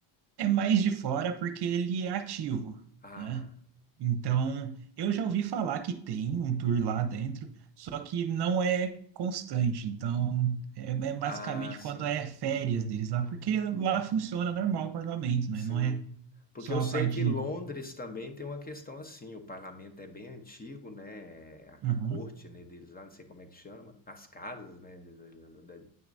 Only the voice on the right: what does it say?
é mais de fora porque ele é ativo,
né? Então, eu já ouvi falar que tem um tour lá dentro, só que não é constante. Então, é, é basicamente
quando é férias deles lá, porque lá funciona normal o parlamento, né?
Não é
só
a
parte.
Uhum,